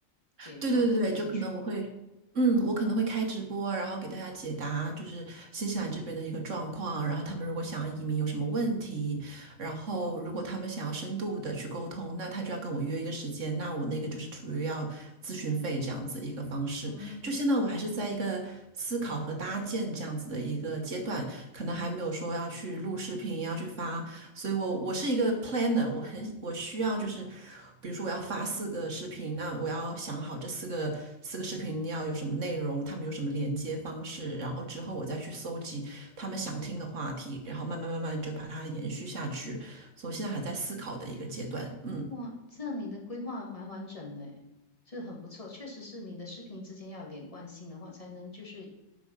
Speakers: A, on the left; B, on the right.
A: 也做一个变现渠道。
B: 对对对对，就可能我会，嗯，我可能会开直播，然后给大家解答就是新西兰这边的一个状况，然后他们如果想要移民有什么问题，然后如果他们想要深度的去沟通，
A: 嗯，
B: 那他就要跟我约一个时间，那我那个就是处于要咨询费这样子一个方式。
A: 哦，
B: 就现在我还是在一个思考和搭建这样子的一个阶段，可能还没有说要去录视频，要去发所以我我是一个 planner，我很我需要就是，比如说我要发四个视频，那我要想好这四个四个视频要有什么内容，他们有什么连接方式，然后之后我再去搜集他们想听的话题，然后慢慢慢慢就把它延续下去。所以我现在还在思考的一个阶段，嗯。
A: 哇，这样你的规划蛮完整的诶，这很不错。确实是你的视频之间要有连贯性的话，才能就是，